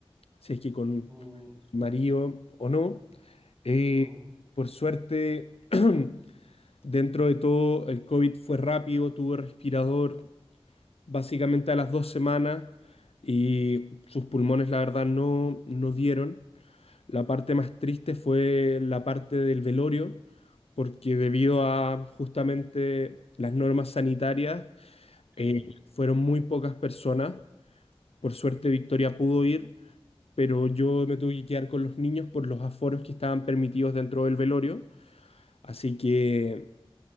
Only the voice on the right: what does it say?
mm,
ujú,
sí,